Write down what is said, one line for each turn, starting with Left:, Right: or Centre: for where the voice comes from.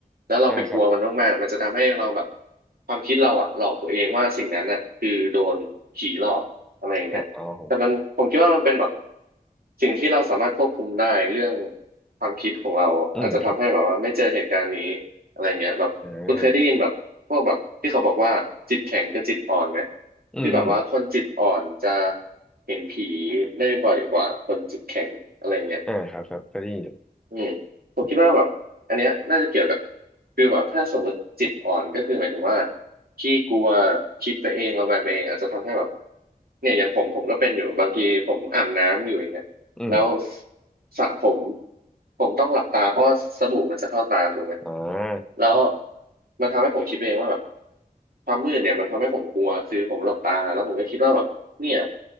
Right: แล้วเราไปกลัวมันมากๆมันจะทำให้เราแบบ
Centre: อ่ะครับ
Right: ความคิดเราอะหลอกตัวเองว่าสิ่งนั้นอะคือโดนผีหลอกอะไรอย่างเงี้ยแต่มันผมคิดว่ามันเป็นแบบ
Centre: ครับอ๋อผม
Right: สิ่งที่เราสามารถควบคุมได้เรื่อง ความคิดของเราอาจจะทำให้แบบว่าไม่เจอเหตุการณ์นี้
Centre: อืมครับ
Right: อะไรเงี้ยแบบคุณเคยได้ยินแบบพวกแบบที่เขาบอกว่าจิตแข็งกับจิตอ่อนไหม
Centre: อ่าอืมอืม
Right: ที่แบบว่าคนจิตอ่อนจะเห็นผีได้บ่อยกว่าคนจิตแข็งอะไรเงี้ย
Centre: อ่าครับครับเคยได้ยินอยู่
Right: อืมผมคิดว่าแบบอันเนี้ยน่าจะเกี่ยวกับคือแบบถ้าสมมติจิตอ่อนก็คือหมายถึงว่าขี้กลัวคิดไปเองระแวงไปเองอาจจะทำให้แบบเนี่ยอย่างผมผมก็เป็นอยู่บางทีผมอาบน้ำอยู่อย่างเงี้ยแล้ว
Centre: อืม
Right: สระผมผมต้องหลับตาเพราะว่าสบู่มันจะเข้าตาถูกไหม
Centre: อ่า
Right: แล้วมันทำให้ผมคิดไปเองว่าแบบความมืดเนี่ยมันทำให้ผมกลัวคือผมหลับตาแล้วผมก็คิดว่าแบบ เนี่ย